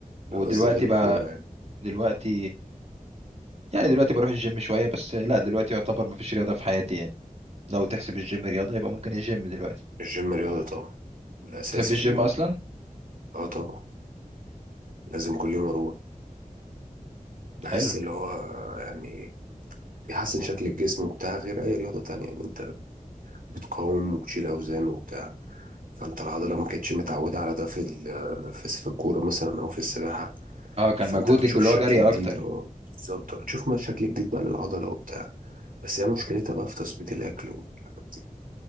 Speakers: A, on the right; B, on the right.
A: ودلوقتي
B: لا قصدي غير الكوره
A: بقى
B: يعني
A: دلوقتي يعني دلوقتي بروح الجيم شوية بس لا دلوقتي يعتبر مفيش رياضة في حياتي يعني لو تحسب الجيم رياضة يبقى ممكن الجيم دلوقتي
B: الجيم رياضه طبعا الاساسي
A: تحب الجيم
B: في اليوم
A: أصلا؟
B: اه طبعا لازم كل يوم اروح بحس
A: حلو
B: اللي هو يعني بيحسن شكل الجسم وبتاع غير اي رياضة تانية يعني انت بتقاوم وبتشيل اوزان وبتاع فانت العضلة ما كانتش متعودة على ده في ال- في في الكورة مثلا او في السباحة
A: اه كان
B: فانت
A: مجهودك
B: بتشوف
A: اللي
B: شكل
A: هو جري
B: جديد
A: أكتر
B: اه بالظبط بتشوف ما شكل جديد بقى للعضلة وبتاع بس هي مشكلتها بقى في تظبيط الاكل والحاجات دي